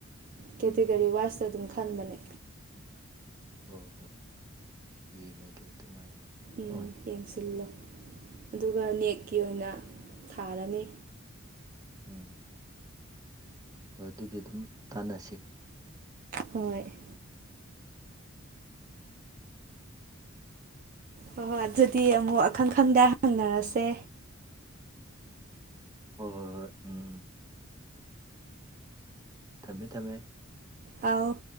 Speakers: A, on the right; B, on the right.
A: ꯀꯦꯇꯤꯒꯣꯔꯤ
B: ꯎꯝ
A: ꯋꯥꯏꯁꯇ ꯑꯗꯨꯝ ꯈꯟꯕꯅꯦ
B: ꯍꯣꯏ ꯍꯣꯏ ꯌꯦꯡꯉꯒꯦ ꯑꯗꯨꯃꯥꯏꯅ
A: ꯎꯝ
B: ꯑꯣꯏꯅ
A: ꯌꯦꯡꯁꯤꯜꯂꯣ ꯑꯗꯨꯒ ꯅꯦꯛꯀꯤ ꯑꯣꯏꯅ ꯊꯥꯔꯅꯤ
B: ꯎꯝ ꯍꯣꯏ ꯑꯗꯨꯗꯤ ꯑꯗꯨꯝ ꯇꯥꯟꯅꯁꯤ
A: ꯍꯣꯏ ꯍꯣꯏ ꯍꯣꯏ ꯑꯗꯨꯗꯤ ꯑꯃꯨꯛ ꯑꯈꯪ ꯈꯪꯗ ꯍꯪꯅꯔꯁꯦ
B: ꯍꯣꯏ ꯍꯣꯏ ꯍꯣꯏ ꯎꯝ ꯎꯝ ꯊꯝꯃꯦ ꯊꯝꯃꯦ
A: ꯑꯧ